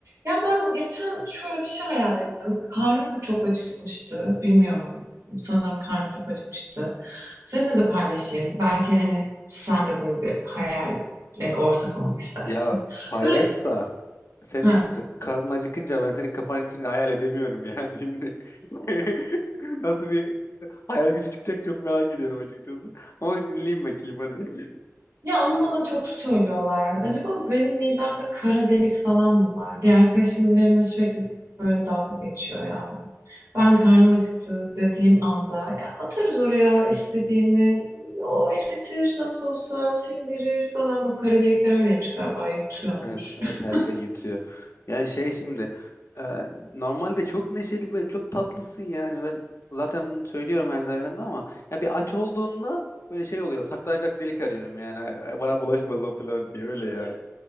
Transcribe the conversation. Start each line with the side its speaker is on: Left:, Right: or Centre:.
Right: Ya ben geçen şöyle bir şey hayal ettim. Karnım mı çok acıkmıştı bilmiyorum. Sanırım karnım çok acıkmıştı. Seninle de paylaşayım. Belki hani sen de böyle bir hayalle ortak olmak istersin.
Left: Ya paylaş
Right: Böyle
Left: da senin
Right: ha,
Left: k- karnın acıkınca ben senin kafanın içini hayal edemiyorum yani şimdi. <laughs> Nasıl bir hayal gücü çıkacak çok merak ediyorum açıkçası. Ama bir dinleyeyim bakayım hadi.
Right: Ya onu bana çok söylüyorlar. Acaba benim midemde kara delik falan mı var? Bir arkadaşım benimle sürekli böyle dalga geçiyor yani. Ben karnım acıktı dediğim anda ya atarız oraya istediğini. O eritir nasıl olsa sindirir falan. O kara delikler öyleymiş galiba yutuyormuş.
Left: Evet, evet
Right: <laughs>
Left: her şey yutuyor. Ya şey şimdi e, normalde çok neşeli ve çok tatlısın yani ben zaten bunu söylüyorum her seferinde ama ya bir aç olduğunda böyle şey oluyor saklanacak delik arıyorum yani "Ay, ay, bana bulaşmasın falan diye öyle yani.
Right: Evet,